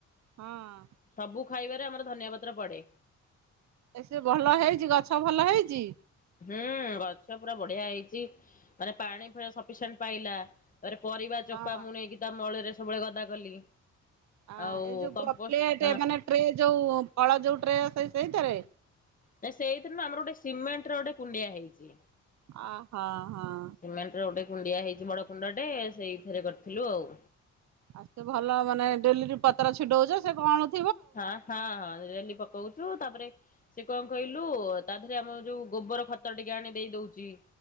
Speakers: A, on the right (about 65°); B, on the left (about 25°).
A: ହଁ।
B: ସବୁ ଖାଇବାରେ ଆମର ଧନିଆ ପତ୍ର ପଡେ।
A: ଏସ ଭଲ ହେଇଛି, ଗଛ ଭଲ ହେଇଛି।
B: ହୁଁ, ଗଛ ପୁରା ବଢିଆ ହେଇଛି। ମାନେ ପାଣି ପ୍ରାୟ ସଫିସେଣ୍ଟ ପାଇଲା। ତରେ ପରିବା ଚୋପା
A: ହଁ।
B: ମୁଁ ନେଇକି ତା ମଳରେ ସବୁଗୁଡ଼ା ଗଦା କଲି।
A: ଆ
B: ଆଉ
A: ଏଇ ଯୋଉ
B: କମ୍ପୋଷ୍ଟ,
A: ପ୍ଲେଟ
B: ହ
A: ମାନେ ଟ୍ରେ ଯୋଉ ପଳ ଯୋଉ ଟ୍ରେ ଅ ସେ ସେଇଥିରେ
B: ନା ସେଇଥିରୁ ନୁହ ଆମର ଗୋଟେ ସିମେଣ୍ଟ ର ଗୋଟେ କୁଣ୍ଡିଆ ହେଇଛି।
A: ଓହୋ ହ ହଁ।
B: ସିମେଣ୍ଟର ଗୋଟେ କୁଣ୍ଡିଆ ହେଇଛି ବଡ଼ କୁଣ୍ଡଟେ ସେଇଥିରେ କରିଥିଲୁ ଆଉ।
A: ଆଉେ ଭଲ ମାନେ ଡେଲିରି ପତ୍ର ଛିଡଉଛ ସେ କଣ??
B: ହଁ ହଁ ହଁ ଡେଲି ପକଉଛୁ। ତାପରେ ସେ କଣ କହିଲୁ, ତା ଦେରେ ଆମ ଯୋଉ ଗୋବର ଖତ ଟିକେ ଆଣି ଦେଇ ଦଉଛି।